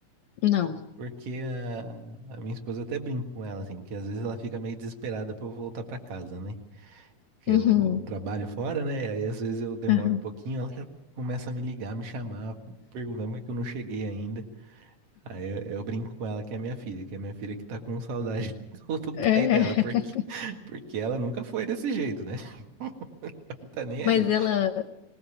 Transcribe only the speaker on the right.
Porque a, a minha esposa eu até brinco com ela, assim, que às vezes ela fica meio desesperada pra eu voltar pra casa, né? Que
eu trabalho fora, né? Aí às vezes eu demoro
um pouquinho, ela já começa a me ligar, me chamar, perguntando por que que eu não cheguei ainda. Aí eu, eu brinco com ela que é minha filha, que é minha filha que tá com saudade <laughs> do, do
pai dela, porque,
porque ela nunca foi desse jeito, né? <laughs> Não tá nem aí.